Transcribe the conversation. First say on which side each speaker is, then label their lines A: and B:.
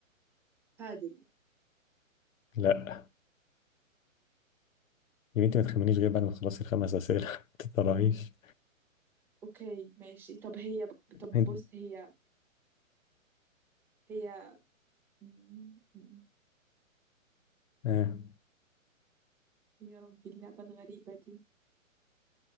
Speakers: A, in the centre; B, on the left.
A: بادل
B: لا يا بنتي ما تخمنيش غير بعد ما تخلصي الخمس اسئله <laughs> ما تتسرعيش
A: اوكي ماشي طب هي طب
B: أنت-
A: بص هي هي مم، مم،
B: آه.
A: يا ربي اللعبة الغريبة دي